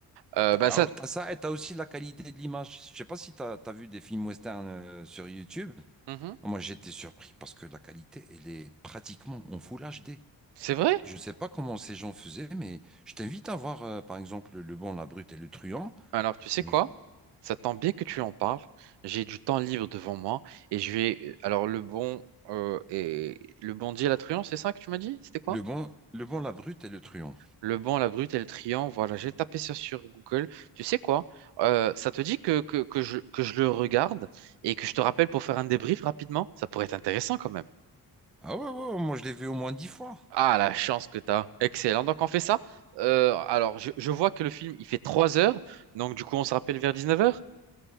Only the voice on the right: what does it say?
Euh,
bah ça,
Mhm.
C'est vrai.
Alors, tu sais
quoi? Ça tombe bien que tu en parles. J'ai du temps libre devant moi et je vais. euh, Alors, le bon euh, et le bon Dieu la truand, c'est ça que tu m'as dit? C'était quoi?
Le banc, la brute et le triangle, voilà, j'ai tapé ça sur Google. Tu sais quoi? Euh, ça te dit que, que, que je, que je le regarde et que je te rappelle pour faire un débrief rapidement? Ça pourrait être intéressant quand même.
Ah, la chance que tu as. Excellent. Donc, on fait ça. Euh, alors, je, je vois que le film, il fait 3 heures. Donc, du coup, on se rappelle vers 19 heures.